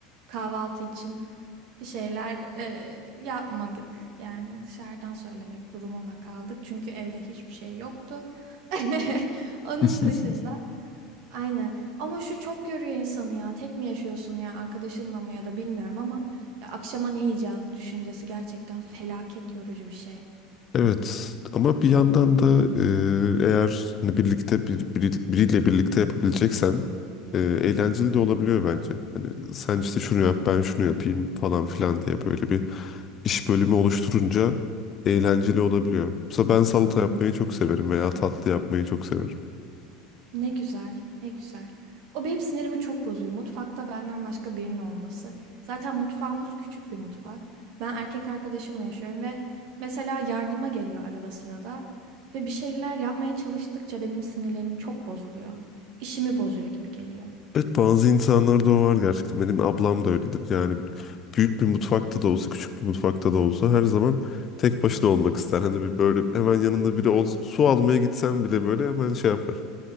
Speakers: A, on the right; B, on the left.
A: kahvaltı için bir şeyler e, yapmadık. Yani dışarıdan söylemek durumunda kaldık. Çünkü evde hiçbir şey yoktu. <laughs> Onun
B: <laughs>
A: dışında aynen. Ama şu çok yoruyor insanı ya. Tek mi yaşıyorsun ya arkadaşınla mı ya da bilmiyorum ama ya akşama ne yiyeceğiz düşüncesi gerçekten felaket yorucu bir şey.
B: Evet ama bir yandan da e, eğer hani birlikte bir, biri- biriyle birlikte yapabileceksen e, eğlenceli de olabiliyor bence. Hani sen işte şunu yap ben şunu yapayım falan filan diye böyle bir iş bölümü oluşturunca eğlenceli olabiliyor. Mesela ben salata
A: Ya benim
B: yapmayı
A: sinirimi
B: çok severim
A: çok bozuyor.
B: veya tatlı yapmayı çok severim.
A: Ne güzel, ne güzel. O benim sinirimi çok bozuyor. Mutfakta benden başka birinin olması. Zaten mutfağımız küçük bir mutfak. Ben erkek arkadaşımla yaşıyorum ve mesela yardıma geliyor arada sırada. Ve bir şeyler yapmaya çalıştıkça benim sinirlerim çok bozuluyor. İşimi bozuyor gibi geliyor.
B: Evet bazı insanlarda o var gerçekten. Benim ablam da öyledir. Yani büyük bir mutfakta da olsa, küçük bir mutfakta da olsa her zaman tek başına olmak ister. Hani bir böyle hemen yanında biri olsa, su almaya gitsem bile böyle hemen şey yapar.